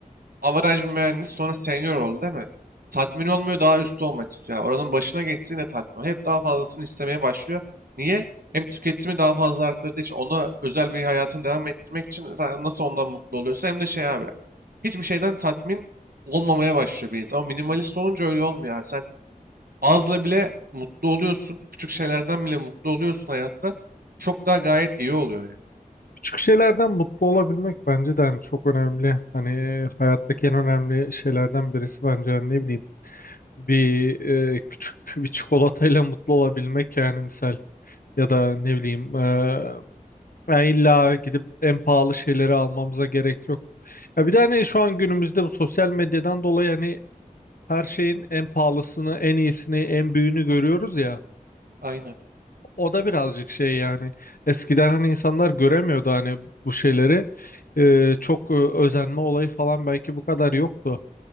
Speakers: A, on the right (about 80°); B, on the left (about 75°).
A: average bir mühendis sonra senior oldu değil mi? Tatmin olmuyor daha üstü olmak istiyor. Yani Oranın başına geçsin de tatmin olmuyor. Hep daha fazlasını istemeye başlıyor. Niye? Hem tüketimi daha fazla arttırdığı için ona özel bir hayatını devam ettirmek için sen nasıl ondan mutlu oluyorsa hem de şey abi. Hiçbir şeyden tatmin olmamaya başlıyor bir insan. Ama minimalist olunca öyle olmuyor abi. Sen azla bile mutlu oluyorsun. Küçük şeylerden bile mutlu oluyorsun hayatta. Çok daha gayet iyi oluyor ya.
B: Küçük şeylerden mutlu olabilmek bence de hani çok önemli. Hani hayattaki en önemli şeylerden birisi bence hani ne bileyim bir e, küçük bir çikolatayla mutlu olabilmek yani misal ya da ne bileyim e, yani illa gidip en pahalı şeyleri almamıza gerek yok. Ya bir de hani şu an günümüzde bu sosyal medyadan dolayı hani her şeyin en pahalısını, en iyisini, en büyüğünü görüyoruz ya.
A: Aynen.
B: O da birazcık şey yani eskiden hani insanlar göremiyordu hani bu şeyleri Ee, çok e, özenme olayı falan belki bu kadar yoktu.